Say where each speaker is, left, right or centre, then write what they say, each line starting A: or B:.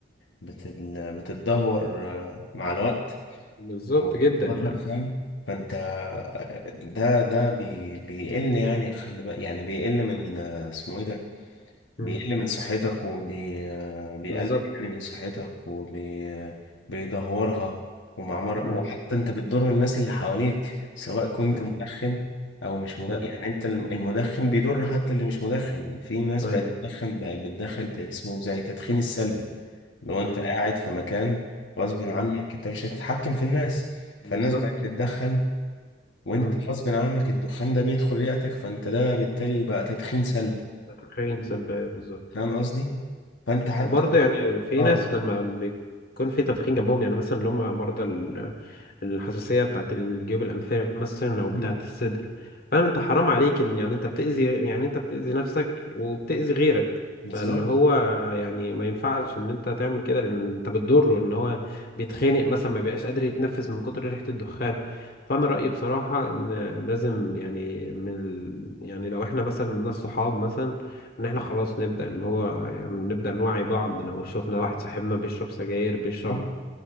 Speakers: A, on the left; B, on the left.
A: بت بتتدهور آه، مع الوقت
B: بالظبط
A: وخطر
B: جدا يعني
A: فاهم فانت ده ده بي... بيقل يعني خلي بالك يعني بيقل من آه، اسمه ايه ده
B: مم.
A: بيقل من صحتك وبيقلل
B: بالظبط
A: يعني من صحتك وبيدهورها ومع مر...
B: مم.
A: وحتى انت بتضر الناس اللي حواليك سواء كنت
B: مم.
A: مدخن او مش مدخن
B: مم.
A: يعني انت الم- المدخن بيضر حتى اللي مش مدخن في ناس
B: ايوه
A: بقت تدخن بقت بتدخن ت- اسمه زي التدخين السلبي لو انت
B: مم.
A: قاعد في مكان غصب عنك
B: مم.
A: انت مش هتتحكم في الناس
B: بالظبط
A: فالناس بقت بتدخن وانت
B: مم.
A: غصب عنك الدخان ده بيدخل رئتك فانت ده بالتالي بقى تدخين سلبي
B: تدخين سلبي ايوه بالظبط
A: فاهم قصدي فانت حتى
B: وبرضه يعني في
A: اه
B: ناس لما بيكون في تدخين جنبهم يعني مثلا اللي هم مرضى الحساسية بتاعت الجيوب الأنفية مثلا أو بتاعت
A: مم.
B: الصدر فاهم أنت حرام عليك إن يعني أنت بتأذي يعني أنت بتأذي نفسك وبتأذي غيرك
A: بالظبط
B: فاللي هو يعني ما ينفعش إن أنت تعمل كده لأن أنت بتضره إن هو بيتخانق مثلا ما بيبقاش قادر يتنفس من كتر ريحة الدخان فأنا رأيي بصراحة إن لازم يعني من ال... يعني لو إحنا مثلا ناس صحاب مثلا إن إحنا خلاص نبدأ اللي هو يعني نبدأ نوعي بعض لو شفنا واحد صاحبنا بيشرب سجاير بيشرب
A: صح